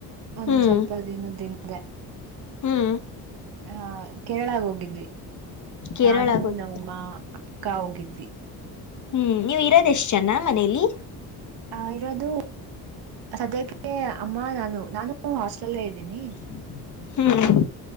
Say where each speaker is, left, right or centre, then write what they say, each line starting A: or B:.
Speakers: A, on the right (about 70°); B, on the left (about 45°).
A: ಒಂದ್
B: ಹ್ಮ್
A: ಸ್ವಲ್ಪ ದಿನದ ಇಂದೆ
B: ಹ್ಮ್
A: ಹ ಕೇರಳಾಗ ಹೋಗಿದ್ವಿ
B: ಕೇರಳಾಗ
A: ನಾನು
B: ಹೋಗಿದ್ರ
A: ನಮ್ಮಮ್ಮ ಅಕ್ಕ ಹೋಗಿದ್ವಿ
B: ಹ್ಮ್ ನೀವ್ ಇರೋದ ಎಷ್ಟ್ ಜನ ಮನೇಲಿ
A: ಆ ಇರೋದು ಸದ್ಯಕ್ಕೆ ಅಮ್ಮ ನಾನು ನಾನು ಹಾಸ್ಟೆಲ್ಲ್ಲೆ ಇದ್ದೀನಿ
B: ಹ್ಮ್